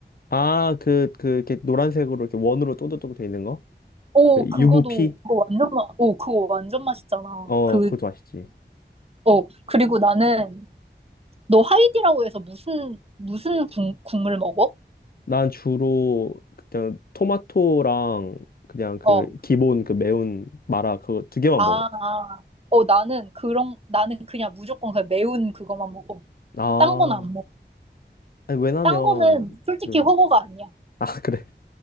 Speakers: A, on the left (about 55°); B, on the right (about 30°).
A: 아, 그, 그, 이렇게 노란색으로 이렇게 원으로 또또또 돼 있는 거?
B: 오,
A: 그부피
B: 그거도, 그거 완전 맛, 오, 그거 완전 맛있잖아.
A: 어,
B: 그,
A: 그것도 맛있지.
B: 어, 그리고 나는, 너 하이디라고 해서 무슨, 무슨 국, 국물 먹어?
A: 난 주로 그냥 토마토랑 그냥 그
B: 어,
A: 기본 그 매운 마라 그거 두 개만
B: 아,
A: 먹어.
B: 아. 어, 나는 그런, 나는 그냥 무조건 그냥 매운 그거만 먹어.
A: 아,
B: 딴 건 안 먹어.
A: 아니 왜냐면
B: 딴 거는 솔직히
A: 그,
B: 허거가 아니야.
A: 아, <laughs> 그래.